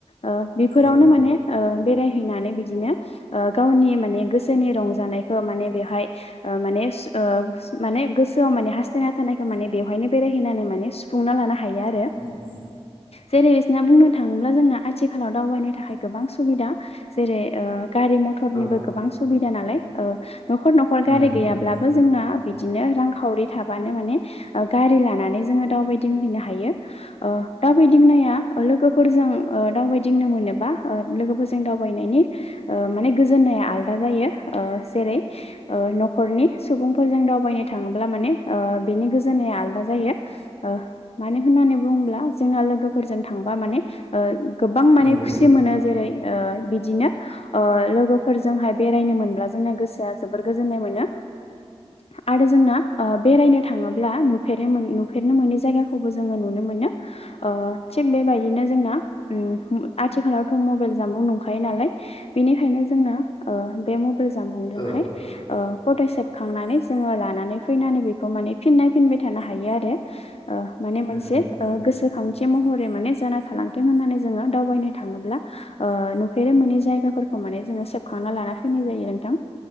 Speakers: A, on the left; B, on the left.
A: ओ बिफोरावनो
B: औ
A: माने ओ बेराय हैनानै बिदिनो ओ गावनि माने गोसोनि रंजानायखौ माने बेवहाय ओ माने माने गोसोआव माने हास्थायना थानायखौ माने बेवहायनो बेरायहैनानै माने सुफुंना लानो हा हायो आरो।
B: नंगौ
A: जेरै इसना बुंनो थाङोब्ला जोंना आथिखालाव दावबायनो थाखाय गोबां सुबिदा। जेरै ओ गारि मथरनिबो
B: औ
A: गोबां सुबिदा नालाय। ओ 'खर न'खर
B: नंगौ
A: गारि
B: नंगौ
A: गैयाब्लाबो जोंना बिदिनो रांखावरि थाबानो माने गारि लानानै जोङो दावबायदिंहैनो हायो। ओ दावबायदिंनाया ओ लोगोफोरजों ओ दावबायदिंनो मोनोबा लोगोफोरजों जों दावबायनायनि ओ माने गोजोन्नाया आलदा जायो जेरै न'खरनि सुबुंफोरजों दावबायनो थाङोब्ला माने ओ बेनि गोजोननाया आलदा जायो मानो होन होननानै बुङोब्ला जोंना लोगोफोरजों थांबा माने ओ गोबां माने
B: नंगौ
A: खुसि मोनो जेरै ओ बिदिनो लोगोफोरजोंहाय बेरायनो मोनब्ला जोंना गोसोआ जोबोर गोजोननाय मोनो। <inaudible> आरो जोंना ओ बेरायनो थाङोब्ला नुफेरनो नुफेरनो मोनै जायगाखौबो जोङो नुनो मो नो थिग बेबायदिनो जोंना उम आथिालावथ' मबेल जामबुं दंखायो नालाय बेनिखायनो जोङो ओ बे मबाइल जामबुंजोंहाय
B: औ
A: ओ फट' सेबखांनानै जोङो लानानै फैनानै बेखौ माने फिन नाक्षफिनबाय थानो हायो आरो। ओ माने मोनसे
B: नंगौ नंगौ
A: गोसोखांथि महरै माने जाना थालांथों होननानै जोङो दावबायनो थाङोब्ला ओ नुफेरनो मोनै जायगाफोरखौ माने जोङो सेबखांना लाना फैनाय जायो नोंथां।